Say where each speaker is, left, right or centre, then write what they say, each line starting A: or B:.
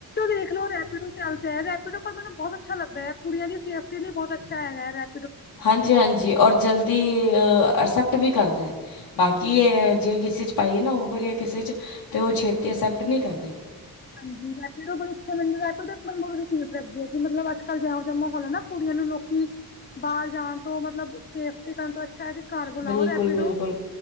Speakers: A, on the left; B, on the left.
A: ਦੇਖਲੋ ਰੈਪਿਡੋ ਚੱਲਦਾ ਐ, ਰੈਪਡੋ ਮੈਨੂੰ ਬਹੁਤ ਅੱਛਾ ਲੱਗਦਾ ਐ, ਕੁੜੀਆਂ ਦੀ ਸੇਫਟੀ ਲਈ ਬਹੁਤ ਅੱਛਾ ਹੈਗਾ, ਰੈ
B: ਹਾਂਜੀ-ਹਾਂਜੀ, ਔਰ ਜਲਦੀ ਐਕਸੈਪਟ ਵੀ ਕਰਦੇਂ। ਬਾਕੀ ਏ ਜੇ ਕਿਸੇ 'ਚ ਪਾਈਏ ਨਾ ਓਵਰ ਯਾ ਕਿਸੇ 'ਚ, ਤੇ ਉਹ ਛੇਤੀ ਅਕਸੈਪਟ ਨਹੀਂ ਕਰਦੇ।
A: ਹਾਂਜੀ, ਰੈਪਿਡੋ ਅੱਛੇ ਮੈਂਨੁ ਰੈਪਿਡੋ ਆਪ ਰਿਸੀਵੱਏ ਕਿ ਮਤਲਬ ਅੱਜ-ਕੱਲ ਜੇਹੋ ਜਿਹਾ ਮਾਹੌਲ ਐ ਨਾ। ਕੁੜੀਆਂ ਨੂੰ ਲੋਕੀ, ਬਾਹਰ ਜਾਣ ਤੋਂ ਮਤਲਬ ਸੇਫ ਕਰਣ ਤੋਂ ਅੱਛਾ ਜੇ, ਘਰ ਬੁਲਾਓ
B: ਬਿਲਕੁਲ-ਬਿਲਕੁਲ
A: ਰੈਪੀਡੋ